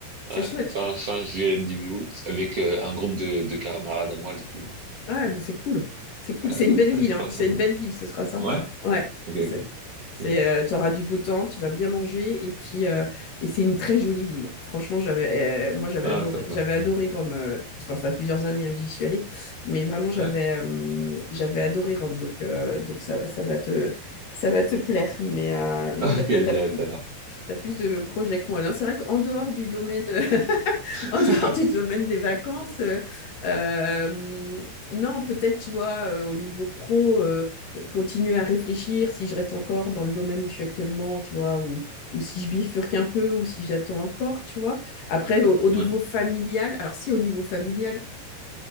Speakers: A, on the left; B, on the right.
A: c'est
B: ouais,
A: chouette.
B: fin, fin juillet, début août, avec euh, un groupe de, de camarades à moi, du coup.
A: Ouais, c'est cool. C'est cool.
B: Euh,
A: C'est
B: euh,
A: une belle ville,
B: j'espère
A: hein. C'est
B: que ça va.
A: une belle ville, ce sera sympa.
B: Ouais?
A: Ouais.
B: Ok, ok.
A: C'est, c'est,
B: Ok.
A: euh, tu auras du beau temps, tu vas bien manger. Et puis, euh, et c'est une très jolie ville. Franchement, j'avais, euh, moi, j'avais
B: Ah,
A: adoré,
B: sympa.
A: j'avais adoré Rome. euh, pour- enfin, ça fait plusieurs années hein, que j'y suis allée. Mais vraiment, j'avais,
B: Ouais. <laughs>
A: euh, j'avais adoré Rome. Donc, euh, donc ça, ça va te, ça va te plaire. Mais euh, non,
B: Ok,
A: bah, t'as, t'as
B: j'ai
A: plus-
B: hâte alors.
A: tu as plus de projets que moi. Non, c'est vrai qu'en dehors du domaine, <laughs> en
B: <laughs>
A: dehors du domaine des vacances, euh, euh, non, peut-être, tu vois, euh, au niveau pro, euh, continuer à réfléchir si je reste encore dans le domaine où je suis actuellement, tu vois, ou, ou si je bifurque un peu, ou si j'attends encore, tu vois. Après, au, au niveau
B: Ouais,
A: familial, alors si au niveau familial,